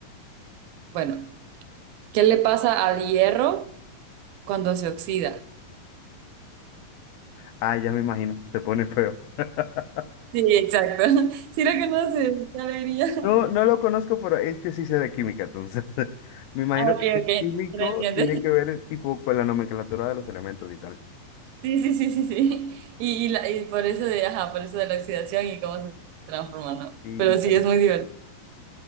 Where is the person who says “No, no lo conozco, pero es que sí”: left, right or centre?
Left